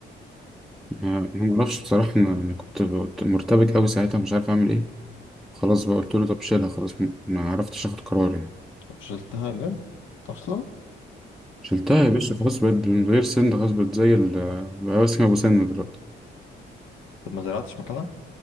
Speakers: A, in the centre; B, on the left.
A: ما أنا ما اعرفش بصراحه انا أنا كنت كنت مرتبك قوي ساعتها مش عارف اعمل ايه خلاص بقى قلت له طب شيلها خلاص ما ما عرفتش اخد قرار يعني
B: شلتها جد اصلا
A: شلتها يا باشا خلاص بقت من غير سن خلاص بقت زي ال بقى اسمها ابو سن دلوقتي
B: طب ما زرعتش مكانها